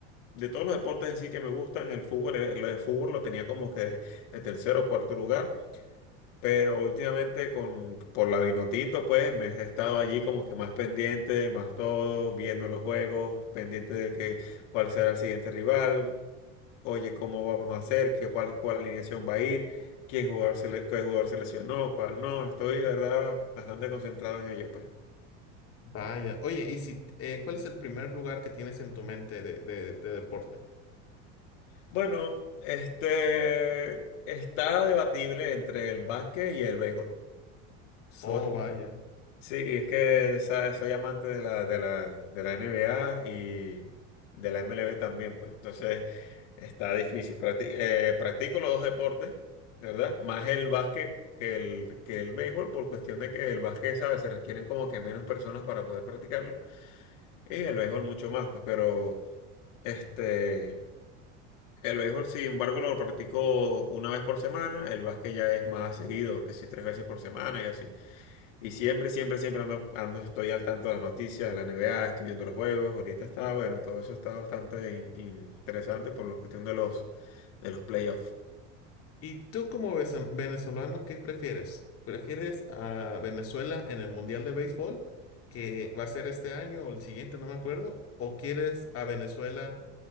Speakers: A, on the left; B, on the left.
A: De todos los deportes en sí que me gustan, el fútbol, el lo fútbol lo tenía como que de tercero o cuarto lugar. Pero últimamente con, por la Vinotinto, pues me he estado allí como que más pendiente, más todo, viendo los juegos, pendiente de que cuál será el siguiente rival, oye, ¿cómo vamos a hacer? ¿Qué, cuál, cuál alineación va a ir? ¿Quién jugador se le- qué jugador se lesionó? ¿Cuál no? Estoy, de verdad, bastante concentrado en ello, pues.
B: Vaya, oye, y si, eh, ¿cuál es el primer lugar que tienes en tu mente de, de de deporte?
A: Bueno, este está debatible entre el básquet y el béisbol. Soy,
B: Oh, vaya.
A: Sí, es que ¿sabes? soy amante de la, de la, de la NBA y de la MLB también, pues. Entonces está difícil. Practi- eh, practico los dos deportes, ¿verdad? Más el básquet que el, que el béisbol, por cuestión de que el básquet, ¿sabes? Se requieren como que menos personas para poder practicarlo. Y el béisbol mucho más, pues. Pero este, el béisbol, sin embargo, lo practico una vez por semana. El básquet ya es más seguido, que si tres veces por semana y así. Y siempre, siempre, siempre ando, ando, estoy al tanto de las noticias, de la NBA, estoy viendo los juegos. Ahorita está, bueno, todo eso está bastante in- interesante por la cuestión de los, de los playoffs.
B: ¿Y tú como vez- venezolano, qué prefieres? ¿Prefieres a Venezuela en el Mundial de Béisbol, que va a ser este año o el siguiente, no me acuerdo? ¿O quieres a Venezuela